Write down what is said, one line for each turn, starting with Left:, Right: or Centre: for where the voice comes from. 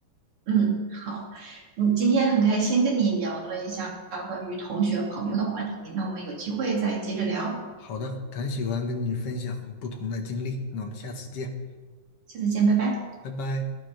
Right: 嗯，好，嗯，今天很开心跟你聊了一下关于同学朋友的话题，那我们有机会再接着聊，
Left: 好的，很喜欢跟你分享不同的经历，那我们下次见，
Right: 下次见，拜拜。
Left: 拜拜。